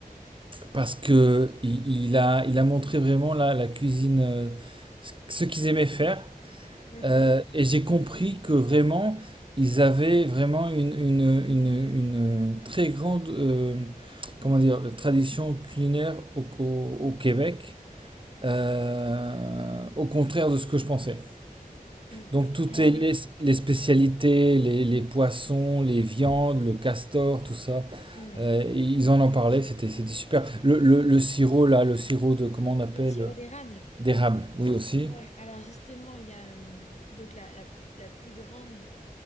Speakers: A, on the right; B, on the left.
A: parce que il, il a, il a montré vraiment la, la cuisine, euh, ce qu'ils aimaient faire.
B: Mhm.
A: Euh, et j'ai compris que vraiment, ils avaient vraiment une, une, une, une très grande euh, comment dire, tradition culinaire au, au- au Québec, euh, au contraire de ce que je pensais.
B: Mm.
A: Donc toutes
B: Alors,
A: les,
B: les...
A: les- spécialités, les, les poissons, les viandes, le castor, tout ça,
B: Ouais.
A: euh, ils en en parlaient, c'était c'était super. Le, le- le sirop là, le sirop de comment on appelle
B: le sirop
A: euh,
B: d'érable.
A: d'érable, oui aussi.
B: Ouais, alors justement, il y a euh, donc la, la, la plus grande,